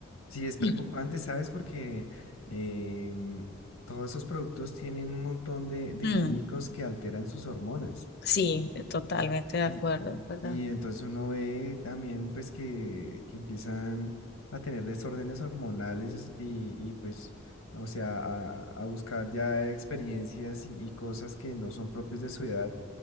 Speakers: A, on the left (about 85°); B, on the left (about 50°).
A: sí, es preocupante,
B: y,
A: ¿sabes? Porque em, todos esos productos tienen un montón de, de
B: mm,
A: químicos que alteran sus hormonas.
B: sí, totalmente de acuerdo,
A: Y,
B: ¿verdad?
A: y entonces uno ve también pues que, que empiezan a tener desórdenes hormonales y, y, pues, o sea, a, a buscar ya experiencias y, y cosas que no son propios de su edad.